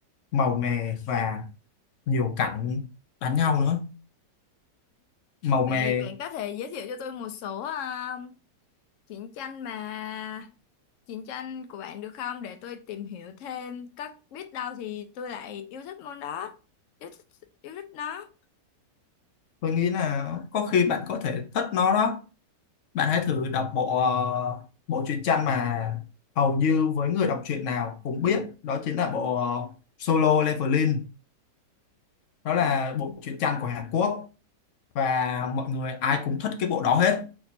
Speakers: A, on the left; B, on the left.
A: màu mè và nhiều cảnh đánh nhau nữa màu
B: vậy
A: mè
B: bạn có thể giới thiệu cho tôi một số ờ, chiến tranh mà chiến tranh của bạn được không để tôi tìm hiểu thêm các biết đâu thì tôi lại yêu thích môn đó yêu thích yêu thích nó
A: tôi nghĩ là có khi bạn có thể thích nó đó bạn hãy thử đọc bộ ờ, bộ truyện tranh mà hầu như với người đọc truyện nào cũng biết đó chính là bộ ờ, Solo Leveling nó là
B: ok
A: bộ truyện tranh của Hàn Quốc và mọi người ai cũng thích cái bộ đó hết